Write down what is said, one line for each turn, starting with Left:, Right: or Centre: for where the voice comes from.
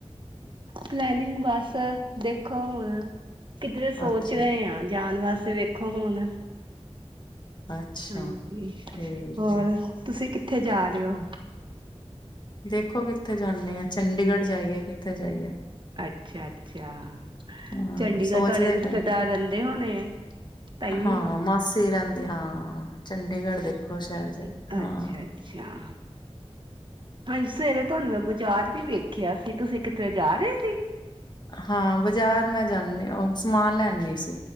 Right: ਪਲੈਨਿੰਗ ਵਾਸਤੇ ਦੇਖੋ ਹੁਣ ਕਿਧਰੇ ਸੋਚ
Left: ਅੱਛਾ
Right: ਰਹੇ ਆ ਜਾਣ ਵਾਸਤੇ ਫਿਰ ਵੇਖੋ ਹੁਣ
Left: ਅੱਛਾ
Right: ਹਾਂਜੀ
Left: ਠੀਕ
Right: ਹੋਰ
Left: ਹੈ।
Right: ਤੁਸੀਂ ਕਿੱਥੇ ਜਾ ਰਹੇ ਹੋ
Left: ਹੋਰ ਦੇਖੋ ਕਿੱਥੇ ਜਾਣਾ ਆ ਚੰਡੀਗੜ੍ਹ ਜਾਈਏ ਕਿੱਥੇ ਜਾਈਏ
Right: ਅੱਛਾ ਅੱਛਾ
Left: ਹਾਂ
Right: ਚੰਡੀਗੜ੍ਹ
Left: ਸੋਚਦੇ
Right: ਤੁਹਾਡੇ ਰਿਸ਼ਤੇਦਾਰ
Left: ਪਏ ਆ।
Right: ਰਹਿੰਦੇ ਹੋਣੇ ਆ ਤਾਹੀਓਂ
Left: ਹਾਂ ਮਾਸੀ ਰਹਿੰਦੀ ਹਾਂ ਚੰਡੀਗੜ੍ਹ ਦੇਖੋ ਸ਼ਹਿਰ ਜਾਈ ਹਾਂ
Right: ਅੱਛਾ ਅੱਛਾ ਹਾਂਜੀ ਸਵੇਰੇ ਤੁਹਾਨੂੰ ਮੈਂ ਬਾਜ਼ਾਰ ਵੀ ਵੇਖਿਆ ਸੀ ਤੁਸੀਂ ਕਿੱਧਰੇ ਜਾ ਰਹੇ ਸੀ
Left: ਹਾਂ ਬਾਜ਼ਾਰ ਮੈਂ ਜਾਣੀ ਸਮਾਨ ਲੈਣ ਗਈ ਸੀ